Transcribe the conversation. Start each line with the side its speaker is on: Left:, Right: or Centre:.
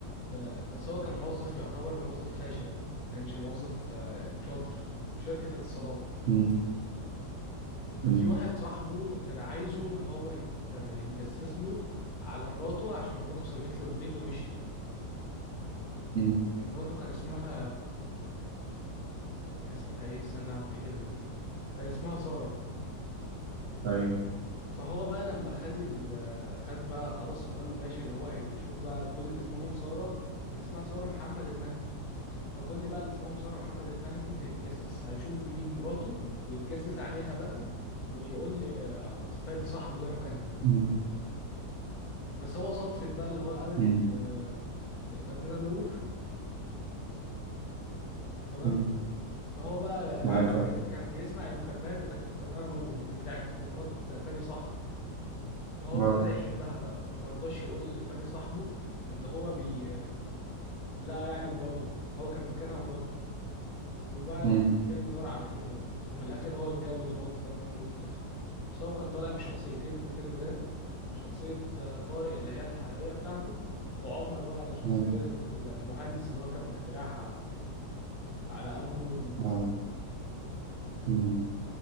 Left: ف- بس هو كان موظف يعتبر موظف فاشل ما كانش موظف آه، يعني شاطر في شركة اتصالات
Right: مم.
Left: ففي
Right: مم.
Left: واحد صاحبه كان عايزه اللي هو يت- يتجسس له على مراته عشان مراته سابت له البيت ومشيت
Right: مم.
Left: كان مراته كان اسمها كان اسمها ايه استنى هفتكر لك كان اسمها سارة
Right: ايوه
Left: فهو بقى لما خد ال... خد بقى خلاص قال له ماشي اللي هو يشوف بقى كل اللي اسمهم سارة كان اسمها سارة محمد المهدي فكل بقى اللي اسمهم سارة محمد المهدي هيتجسس هيشوف مين مراته ويتجسس عليها بقى ويقول لي فادي صاحبه ده مكانها
Right: مم.
Left: بس هو صدفة بقى اللي هو قابل
Right: مم.
Left: ال- الفنانة نور تمام
Right: مم.
Left: فهو بقى
Right: معاك
Left: قعد ك-
Right: اهو
Left: كان بيسمع المكالمات بتاعت الفنانة نور مش بتاعت مرات فادي صاحبه فهو ابتدى
Right: آه.
Left: يحبها بقى فمرضاش يقول لفادي صاحبه ان هو بي لا يعني مراته هو كان فاكرها مراته وبقى
Right: مم.
Left: الفيلم دار على كده بقى وفي الاخر هو اتجوز هو الفنان نور في الاخر بس هو كان طالع بشخصيتين في الفيلم ده شخصية آه، طارق اللي هي الحقيقية بتاعته وعمر بقى شخصية
Right: مم.
Left: المهندس اللي هو كان مخترعها على أبو نور دي
Right: آه. مم.